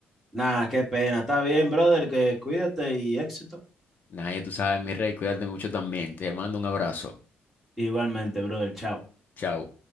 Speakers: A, in the centre; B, on the left (about 45°).
A: nada, qué pena. Está bien, brother, que cuídate y éxito.
B: nada Nadie, tú sabes, mi rey, cuídate mucho también. Te mando un abrazo.
A: Igualmente, brother, chao.
B: Chao.